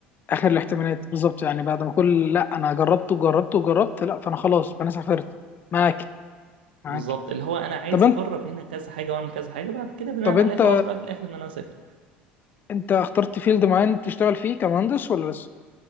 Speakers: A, on the left; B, on the right.
A: اخر الاحتمالات بالظبط يعني بعد ما كل لا انا جربت وجربت وجربت لا فانا خلاص فانا سافرت معاك معاك
B: بالظبط اللي هو انا عايز
A: طب انت
B: اجرب هنا كذا حاجه واعمل كذا حاجه بعد كده بناء
A: طب انت
B: عليه خلاص بقى في الاخر ان انا اسافر
A: انت اخترت فيلد معين تشتغل فيه كمهندس ولا لسه